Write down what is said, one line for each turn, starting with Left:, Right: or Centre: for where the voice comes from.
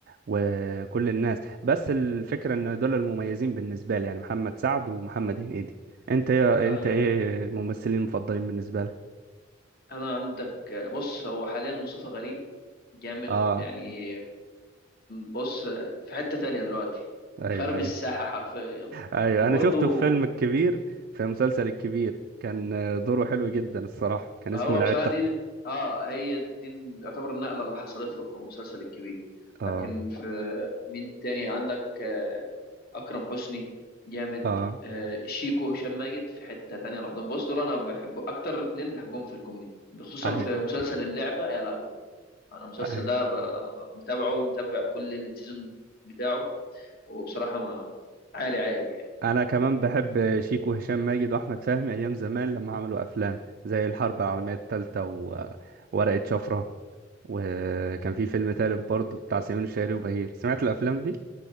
Right: وكل الناس بس الفكره ان دول المميزين بالنسبه لي يعني محمد سعد ومحمد هنيدي انت يا
Left: ايوه
Right: انت ايه
Left: ايوه
Right: الممثلين المفضلين بالنسبه لك
Left: انا عندك بص هو حاليا مصطفى غريب جامد
Right: اه
Left: يعني بص في حتة تانية دلوقتي
Right: ايوه
Left: خارب
Right: ايوه
Left: الساحة حرفيا
Right: ايوه
Left: وبرضه
Right: انا شفته في فيلم الكبير في مسلسل الكبير كان آه، دوره حلو جدا الصراحه كان
Left: هو
Right: اسمه العتر
Left: بصراحة دي اه هي دي يعتبر النقلة اللي حصلت له في المسلسل الكبير
Right: اه
Left: لكن في مين تاني عندك آه أكرم حسني جامد
Right: اه
Left: آه شيكو وهشام ماجد في حتة تانية لوحدهم بص دول أنا بحب أكتر اتنين بحبهم في الكوميدي خصوصا
Right: ايوه
Left: في مسلسل اللعبة يا لهوي أنا المسلسل
Right: ايوه
Left: ده ب- متابعه ومتابع كل السيزون بتاعه وبصراحة ما عالي عالي يعني
Right: انا كمان بحب شيكو وهشام ماجد واحمد فهمي ايام زمان لما عملوا افلام زي الحرب العالميه الثالثه وورقه شفره وكان في فيلم تالت برضه بتاع سمير الشهري وبهير سمعت الافلام دي